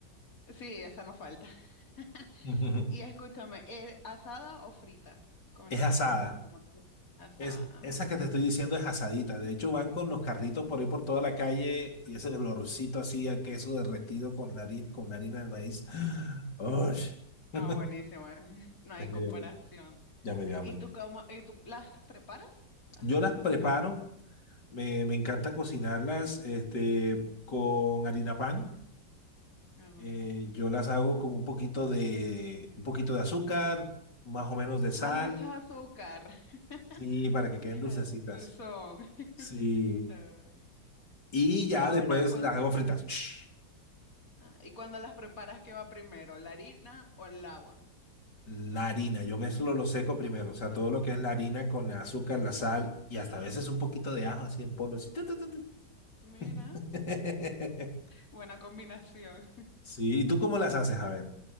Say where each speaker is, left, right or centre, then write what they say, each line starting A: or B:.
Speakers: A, on the left; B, on the left.
A: sí, esa no falta. <laughs>
B: <laughs>
A: Y escúchame, ¿eh, ¿asada o frita? ¿Cómo
B: Es
A: la
B: asada.
A: prefieres o cómo te gusta? Asada.
B: Es,
A: ah.
B: esa que te estoy diciendo es asadita. De hecho, van con los carritos por ahí por toda la calle y ese olorcito así a queso derretido con la harina, con la harina del maíz. <gasps> ¡Ush!
A: No,
B: <laughs>
A: buenísimo. eh. <laughs> No hay
B: Es medio
A: comparación.
B: Ya me dio hambre.
A: ¿Y tú cómo, y tú las preparas? ¿Sabes
B: Yo las
A: hacer
B: preparo,
A: arepa?
B: me, me encanta cocinarlas este, con harina pan.
A: Ah, buenísimo.
B: Eh, yo las hago con un poquito de, un poquito de azúcar, más o menos de sal,
A: Ah, les echas azúcar. <laughs>
B: sí, para que
A: Mira,
B: queden dulcecitas.
A: dulzón. <laughs>
B: Sí.
A: Chévere.
B: Y
A: Y
B: ya
A: ahora,
B: después
A: cuando,
B: las hago fritas. Ch,
A: ¿y cuando las preparas, qué va primero? ¿La harina o el agua?
B: La harina, yo mezclo lo seco primero, o sea,
A: Ah,
B: todo lo que es la harina con el azúcar, la sal y
A: o
B: hasta
A: sea,
B: a veces un poquito de ajo así en polvo. así, tu, tu, tu, tu.
A: mira,
B: <laughs>
A: buena combinación.
B: Sí, ¿y tú cómo las haces? A ver.